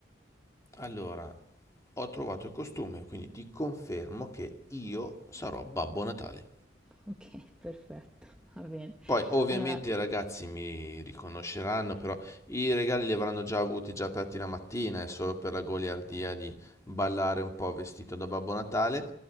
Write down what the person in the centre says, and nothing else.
Ok, <laughs> perfetto, va bene.
Allora,